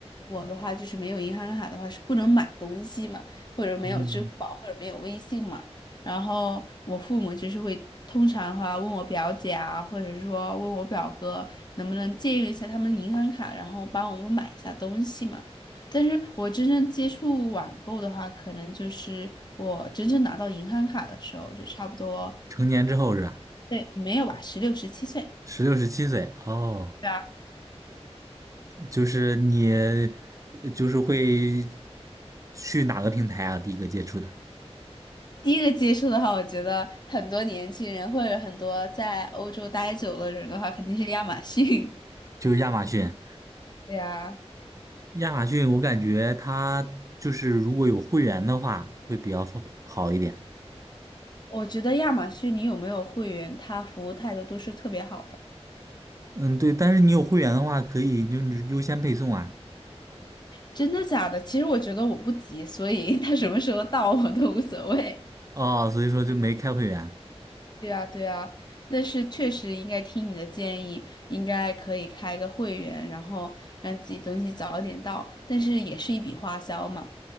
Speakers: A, on the left; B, on the right.
A: 我的话就是没有银行卡的话是不能买东西嘛，或者没有支付宝或者没有微信嘛，
B: 嗯，
A: 然后我父母就是会通常的话问我表姐啊，或者是说问我表哥能不能借用一下他们银行卡，然后帮我们买一下东西嘛。但是我真正接触网购的话，可能就是我真正拿到银行卡的时候，就差不多，
B: 成年之后是吧？
A: 对，没有吧，十六、十七岁，
B: 十六、十七岁哦，
A: 对啊。
B: 就是你呃就是会去哪个平台啊？第一个接触的
A: 第一个接触的话，我觉得很多年轻人或者很多在欧洲待久了的人的话，肯定是亚马逊。
B: 就是亚马逊。
A: <laughs> 对呀，
B: 亚马逊我感觉它就是如果有会员的话会比较好一点。
A: 我觉得亚马逊你有没有会员，他服务态度都是特别好的。
B: 嗯，对，但是你有会员的话可以就是优先配送啊。
A: 真的假的？其实我觉得我不急，所以 <laughs> 他什么时候到我都无所谓。
B: 哦，所以说就没开会员。
A: 对啊，对啊，但是确实应该听你的建议，应该可以开一个会员，然后让自己东西早点到，但是也是一笔花销嘛。